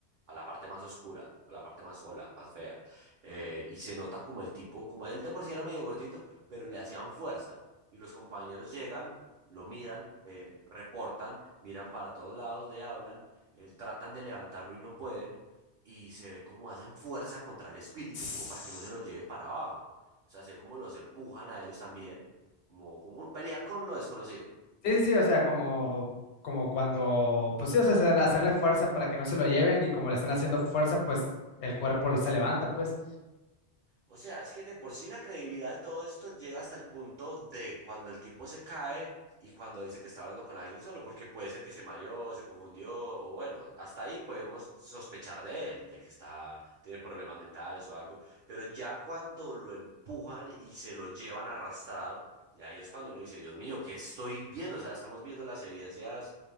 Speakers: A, on the right; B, on the left.
A: a la parte más oscura, a la parte más sola, más fea. Eh, y se nota como el tipo, como él de por sí era medio gordito, pero le hacían fuerza. Y los compañeros llegan, lo miran, eh, reportan, miran para todos lados, le hablan, eh, tratan de levantarlo y no pueden. Y se ve como hacen fuerza contra el espíritu,
B: Sí,
A: como para que no se lo lleve para abajo. O sea, sé cómo los empujan a ellos también, como, como pelear con lo desconocido.
B: sí, sí, o sea, como, como cuando, pues sí, o sea, hacer- hacerle fuerza para que no se lo lleven y como le están haciendo fuerza, pues el cuerpo lo- se levanta, pues.
A: O sea, es que de por sí la credibilidad de todo esto llega hasta el punto de cuando el tipo se cae y cuando dice que está hablando con alguien solo, porque puede ser que se mareó, se confundió, o bueno, hasta ahí podemos sospechar de él, de que está, tiene problemas mentales o algo, pero ya cuando lo empujan y se lo llevan arrastrado, y ahí es cuando uno dice, Dios mío, ¿qué estoy viendo? O sea, estamos viendo las evidencias